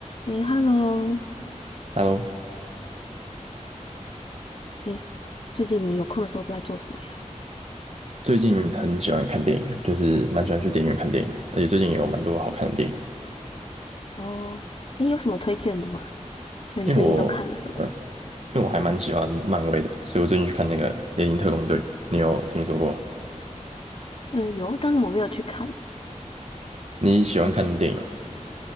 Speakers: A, on the left; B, on the right.
A: 诶 h e l l o
B: Hello，
A: 诶，最近你有空的时候都在做什么呀？
B: 最近很喜欢看电影啊就是蛮喜欢去电影院看电影的，而且最近也有蛮多好看的电影。
A: 哦，诶，有什么推荐的吗？就你最近都看了什么？
B: 因为我，呃，因为我还蛮喜欢漫威的，所以我最近去看那个《猎鹰特工队》，你有听说过吗？
A: 嗯，有，但是我没有去看。
B: 你喜欢看电影吗？